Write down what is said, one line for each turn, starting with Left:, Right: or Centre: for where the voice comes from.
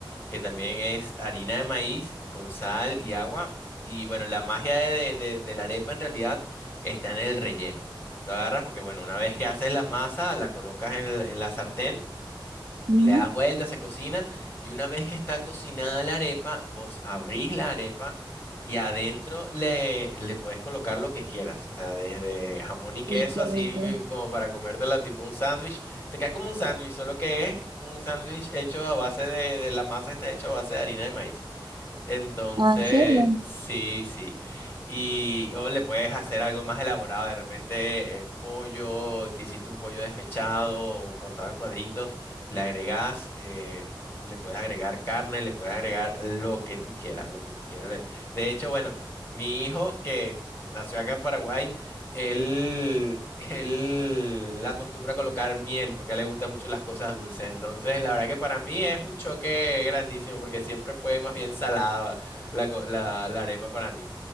Left: que también es harina de maíz con sal y agua. Y bueno, la magia de, de- de la arepa en realidad está en el relleno. Tú agarras porque, bueno, una vez que haces la masa, la colocas en, el- en la sartén
Right: Ujú.
Left: le das vuelta, se cocina y una vez que está cocinada la arepa, vos abrís la arepa y adentro le, le puedes colocar lo que quieras. O sea, desde jamón y queso,
Right: Uy, qué
Left: así
Right: rico.
Left: como para comértela tipo un sándwich. Te queda como un sándwich, solo que es un sándwich hecho a base de, de la masa está hecha a base de harina de maíz. Entonces,
Right: Ah, ¿en serio?
Left: sí, sí. Y o le puedes hacer algo más elaborado, de repente eh, pollo, que hiciste un pollo desmechado o cortado en cuadritos, le agregas, eh, le puedes agregar carne, le puedes agregar lo que tú quieras, lo que tú quieras. De de hecho, bueno, mi hijo que nació acá en Paraguay, él, él acostumbra a colocar miel porque a él le gustan mucho las cosas dulces. Entonces, la verdad que para mí es un choque grandísimo porque siempre fue más bien salada la, co- la, la arepa para mí.